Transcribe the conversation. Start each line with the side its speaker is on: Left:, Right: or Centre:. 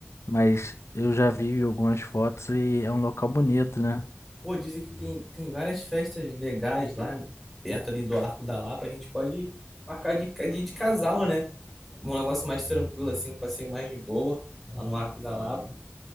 Left: mas eu já vi algumas fotos e é um local bonito, né?
Centre: Pô, dizem que tem, tem várias festas legais lá perto ali do Arco da Lapa. A gente pode marcar de, ca- de, de casal, né? Um negócio mais tranquilo, assim, um passeio mais de boa lá no Arco da Lapa.